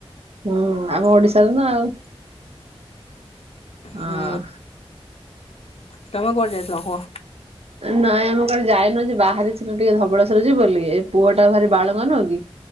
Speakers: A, on the right; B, on the left.
A: ହୁଁ ଆମ ଓଡିଶାରୁନା ଆଉ
B: ହୁଁ
A: ହଁ।
B: ତମେ କୁଆଡେ ଯାଇଥିଲ କୁହ?
A: ନାଇଁ ଆମେ କୁଆଡେ ଯାଇନୁ ଯେ ବାହାରିଥିଲୁ ଟିକେ ଧବଳେସ୍ବର ଯିବୁବୋଲି ପୁଅଟା ଭାରି ବାଳୁଙ୍ଗା ନୁହଁକି